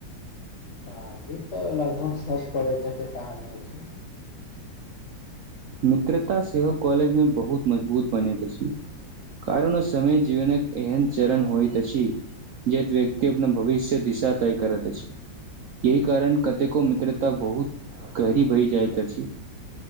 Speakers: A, on the left; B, on the right.
A: हँ ई तऽ लगभग सब परजक कहानी अछि
B: मित्रता सेहो कॉलेजमे बहुत मजबूत बनैत अछि कारण ओ समय जीवनक एहन चरण होइत अछि जे व्यक्ति अपना भविष्य दिशा तय करैत अछि यह कारण कतेको मित्रता बहुत गहरी भयी जाइत अछि